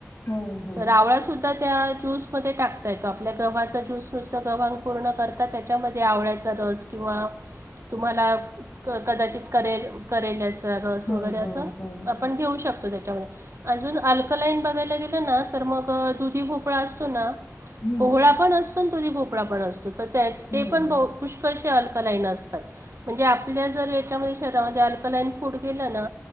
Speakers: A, on the left (about 80°); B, on the right (about 65°).
A: हो हो
B: तर आवळा सुद्ध.. त्या ज्यूस मध्ये टाकता येतो आपल्या गव्हाचा ज्यूस नुसतं गव्हाकुर्ण करता.. त्याच्यामध्ये आवळ्याचा रस किंवा तुम्हाला कदाचित करेल.. करेल्याचा रस
A: हो
B: वगैरे असं
A: हो हो हो
B: आपण घेऊ शकतो त्याच्यामध्ये अजून अल. ईन बघायला गेलं ना तर मग दुधी भोकळा असतो ना
A: हम्म
B: कोहळा पण अस. भोपळा पणतो तर त्या
A: हो
B: ते पण
A: हो
B: पुष्क. न असतात म्हणजे आपल्या जर याच्यामध्ये शहरामध्ये अलकलाईन फुट गेलं ना